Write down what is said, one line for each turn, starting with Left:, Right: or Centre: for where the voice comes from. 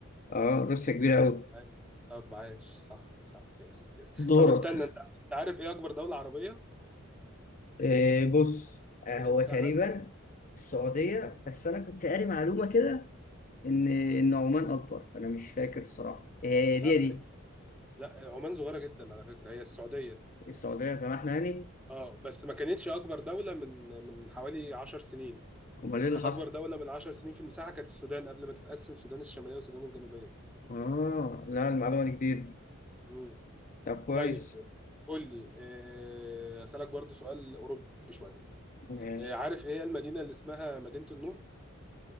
Left: اه روسيا كبيرة أوي
Centre: أيوة طب عاش صح صح يس يس
Left: دورك
Centre: طب استنى أنت أنت عارف إيه أكبر دولة عربية من
Left: إيه بص آه،
Centre: حيث
Left: هو
Centre: المساحة؟
Left: تقريبا السعودية بس أنا كنت قاري معلومة كده ان ان عمان اكبر فانا مش فاكر الصراحه هي
Centre: لا
Left: دي دي
Centre: هي- لا عمان صغيرة جدا على فكرة هي السعودية
Left: السعوديه سمحنا يعني
Centre: اه بس ما كانتش اكبر دولة من من حوالي 10 سنين
Left: امال ايه اللي
Centre: كانت
Left: حصل
Centre: اكبر دولة من 10 سنين في المساحة كانت السودان قبل ما تتقسم السودان الشمالية والسودان الجنوبية
Left: اه لا المعلومه دي جديده
Centre: مم.
Left: طب كويس
Centre: طيب قول لي آه، اسالك برضو سؤال اوروبي شوية
Left: ماشي
Centre: آه، عارف ايه هي المدينة اللي اسمها مدينة النور